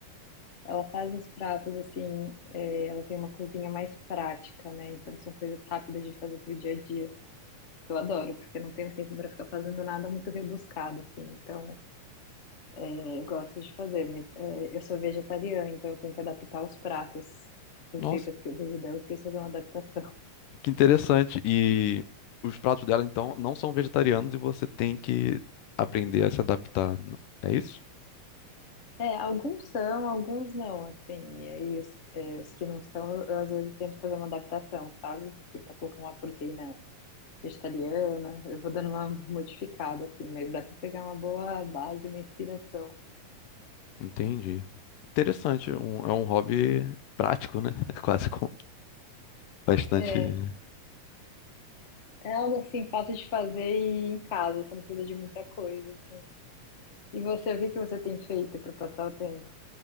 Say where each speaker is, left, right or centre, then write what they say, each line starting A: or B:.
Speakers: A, on the left (about 40°); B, on the left (about 80°).
A: Ela faz uns pratos, assim, é, ela tem uma cozinha mais prática, né? Então são coisas rápidas de fazer pro dia a dia. Eu adoro, porque eu não tenho tempo para ficar fazendo nada muito rebuscado, assim, então... É, eu gosto de fazer, mas é, eu sou vegetariana, então eu tenho que adaptar os pratos, receitas
B: Nossa,
A: que eu vejo dela, eu preciso fazer uma adaptação. <laughs>
B: que interessante. E os pratos dela então não são vegetarianos e você tem que aprender a se adaptar. É isso?
A: É, alguns são, alguns não, assim, e aí os, é, os que não são, eu, eu às vezes tento fazer uma adaptação, sabe? Tentar colocar uma proteína vegetariana, eu vou dando uma modificada, assim, mas dá pra pegar uma boa base, uma inspiração.
B: Entendi. Interessante. Um- é um hobby prático, né? <laughs> Quase com bastante.
A: É, é algo, assim, fácil de fazer e em casa, você não precisa de muita coisa, assim. E você, o que que você tem feito para passar o tempo?